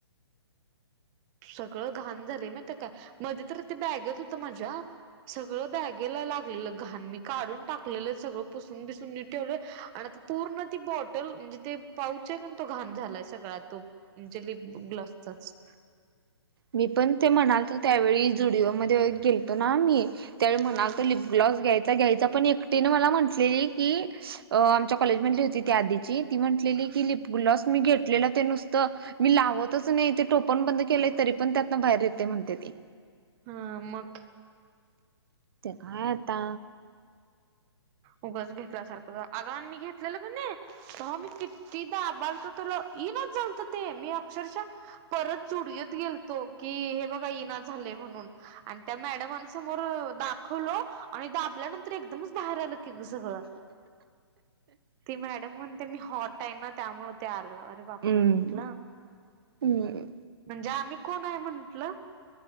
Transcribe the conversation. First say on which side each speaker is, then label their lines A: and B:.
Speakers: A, on the right; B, on the right.
A: सगळं घाण झालंय म्हणत काय मध्ये तर ते बॅगेत होत माझ्या सगळं बॅगेला लागलेलं घाण मी काढून टाकलेलं सगळं पुसून बिसून मी ठेवलंय आणि आ पूर्ण ती बॉटल म्हणजे ते पाऊच आहे काण तो घाण झालाय सगळा तो म्हणजे लिप गल असतच.
B: मी पण ते म्हणालत त्यावेळी जुडिओमध्ये गेलतो ना मी त्यावेळी म्हणालत
A: हा
B: लि ग्लावज घ्यायचा घ्यायचा पण एकटीने मला म्हटलेली की अ आमच्या कॉलेजमधली होती त्या आधीची ती म्हंटलेली की लिपग्लॉस मी घेतलेलं ते नुसतं मी लावतच नाही ते टोपण बंद केलंय तरी पण त्यातनं बाहेर येते म्हणते ती.
A: हा मग,
B: ते काय आता
A: उगच घेतल्यासारखं आराम मी घेत लं गण स मी किती दा बलत त इनच लत ते मी अक्षरशः परत जुड यत गेलतो की हे बघा इना झालय म्हणून. आणि त्या मॅडमान समोर दाखवल आणि दाबल्यानंतर एकदमच बाहेर आला तिथे सगळं ते मॅडम म्हणते मी ह नाही ना त्यामुळ ते आलं अरे बापरे
B: हम्म
A: म्हटलं.
B: हम्म
A: म्हणजे आम्ही कोण आहे म्हटल